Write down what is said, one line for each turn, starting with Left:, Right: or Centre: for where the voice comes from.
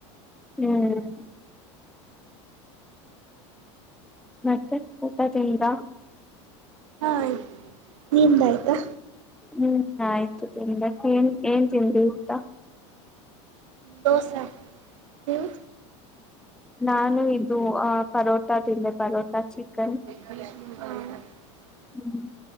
Centre: ಹ್ಮ್ ಮತ್ತೆ ಊಟದಿಂದ
Right: ಹಾ ಆಯ್ತ ನಿ್ದ ಆಾಯ್ತಾ
Centre: ಹ್ಮ್ ಆಯ್ತು ತಿ್ರ ಏನ್ ಏನ್ ತಿನ್ಿ ಊಟ
Right: ದೋಸೆ ಹವು
Centre: ನಾನು ಇದು ಆ ಪರೋಟ ತಿೆ ಪರೋಟಾ
Right: ಹ್ಮ
Centre: ಚಿಕನ್ ಹ್ಮ್